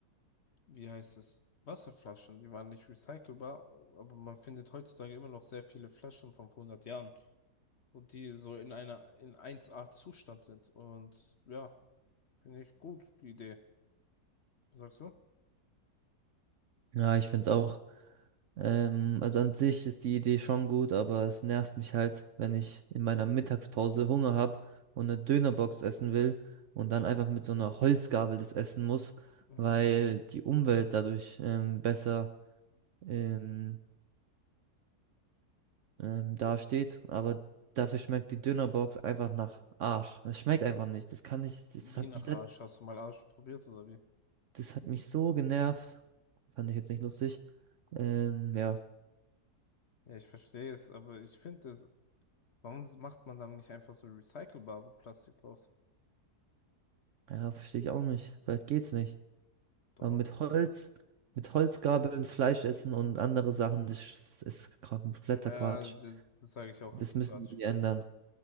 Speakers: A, on the left; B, on the right.
A: wie heißt es, Wasserflaschen, die waren nicht recycelbar, aber man findet heutzutage immer noch sehr viele Flaschen von vor hundert Jahren und die so in einer, in 1A Zustand sind. Und ja, finde ich gut, die Idee. Was sagst du?
B: Ja, ich find's auch. Ähm, also an sich ist die Idee schon gut, aber es nervt mich halt, wenn ich in meiner Mittagspause Hunger habe und eine Dönerbox essen will und dann einfach mit so einer Holzgabel das essen muss,
A: Mhm.
B: weil die Umwelt dadurch ähm, besser ähm, ähm, dasteht. Aber dafür schmeckt die Dönerbox einfach nach Arsch. Es schmeckt einfach nicht. Das kann nicht. Das
A: Wie
B: hat
A: nach
B: mich
A: Arsch?
B: letzt,
A: Hast du mal Arsch probiert oder wie?
B: das hat mich so genervt. Fand ich jetzt nicht lustig. Ähm, ja,
A: Ja, ich verstehe es, aber ich finde es, warum macht man dann nicht einfach so recycelbare Plastik draus?
B: ja, verstehe ich auch nicht. Vielleicht geht's nicht.
A: Doch.
B: Aber mit Holz, mit Holzgabeln Fleisch essen und andere Sachen, das ist kompletter
A: Ja,
B: Quatsch.
A: d- das sage ich auch,
B: Das
A: ist
B: müssen
A: Quatsch.
B: sie ändern.